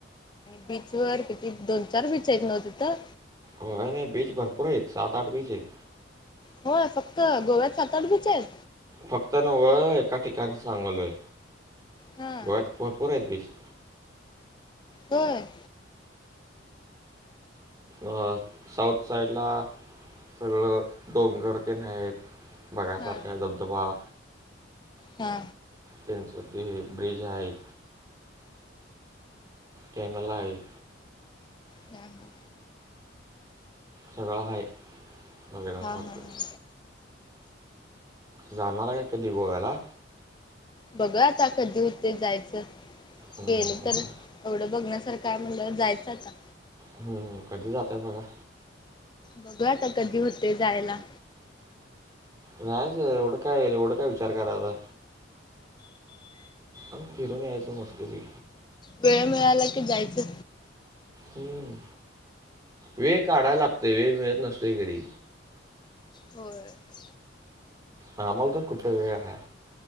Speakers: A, on the left (about 25°); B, on the right (about 20°).
A: बीच वर किती दोन चार बीच आहेत नव्ह तिथं
B: हो नाही बीच भरपूर आहेत सात, आठ बीच आहेत
A: होय फक्त गोव्यात सात आठ बीच आहेत?
B: फक्त नववं एक ठिकाण सांगलोय
A: हा
B: भरपूर आहेत बीच
A: होय
B: आ साऊथ साईडला सगळं डोंगर ते आहे बघयसारखा,
A: हा
B: धबधबा
A: हा
B: त्यांचं ते ब्रिज आहेत, कॅनल आहेत
A: हा हा
B: सगळा आहे बघण्यासारखं
A: हा हा हा
B: जाणार आहे का कधी गोवाला
A: बघ आता कधी होते जायचं
B: हं,
A: गेलं तर
B: बघा.
A: एवढं बघण्यासारखं काय म्हणलं जायचं आता
B: हम्, कधी जातय बघा
A: बघू आता कधी होते जायला
B: जायचं एवढं काय एवढं काय विचार करायला आम फिरून यायचो मस्त पैकी
A: वेळ मिळाला की जायचं
B: हम्म वेळ काढायला लागतय वेळ मिळत नसते कधी
A: होय -
B: आम्हाला तर कुठ वेळ आहे